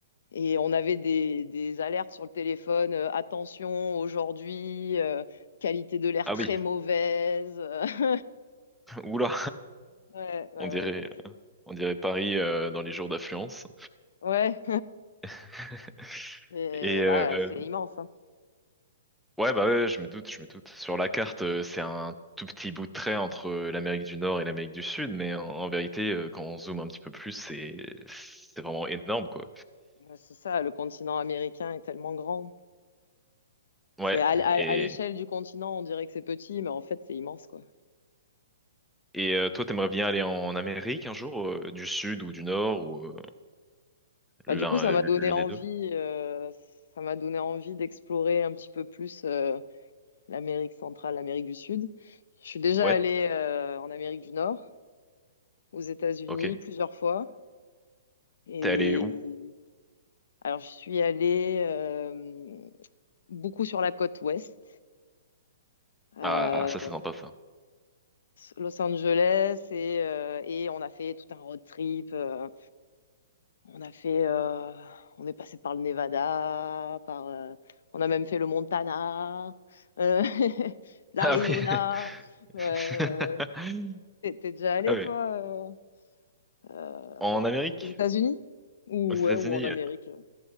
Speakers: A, on the left (about 60°); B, in the centre.
A: Et on avait des, des alertes sur le téléphone, euh, attention aujourd'hui, euh, qualité de l'air
B: Ah
A: très
B: oui.
A: mauvaise. <laughs>
B: <laughs> Oula.
A: Ouais, ouais,
B: On dirait,
A: ouais. bah,
B: on dirait Paris euh, dans les jours d'affluence.
A: Ouais,
B: <laughs>
A: <laughs> Et
B: Et euh,
A: bah, c'est immense, hein.
B: Ouais, bah ouais, je me doute, je me doute. Sur la carte, euh, c'est un tout petit bout de trait entre euh, l'Amérique du Nord et l'Amérique du Sud, mais en, en vérité, euh, quand on zoome un petit peu plus, c'est c'est vraiment énorme, quoi.
A: C'est ça, le continent américain est tellement grand.
B: Ouais,
A: C'est à, à- à
B: et
A: l'échelle du continent, on dirait que c'est petit, mais en fait, c'est immense, quoi.
B: et euh, toi, t'aimerais bien aller en Amérique un jour, euh, du Sud ou du Nord ou euh, l'un-
A: Bah, du coup, ça
B: euh,
A: m'a donné
B: l'une
A: envie,
B: des deux?
A: euh, ça m'a donné envie d'explorer un petit peu plus euh, l'Amérique centrale, l'Amérique du Sud. Je suis déjà
B: Ouais,
A: allée euh, en Amérique du Nord, aux États-Unis,
B: ok.
A: plusieurs fois. Et
B: T'es allé où?
A: alors, je suis allée euh, beaucoup sur la côte ouest. euh,
B: Ah, ça c'est sympa ça.
A: Los Angeles et, euh, et on a fait tout un road trip. euh, On a fait, euh, on est passé par le Nevada, par, euh, on a même fait le Montana, euh, <laughs> l'Arizona.
B: <laughs> Ah oui.
A: Ouais,
B: <laughs>
A: ouais, ouais. T'es t'es déjà allé,
B: Ah ouais.
A: toi, euh, euh,
B: En Amérique?
A: aux États-Unis? Ou,
B: Aux États-Unis?
A: ouais, ou en Amérique? euh.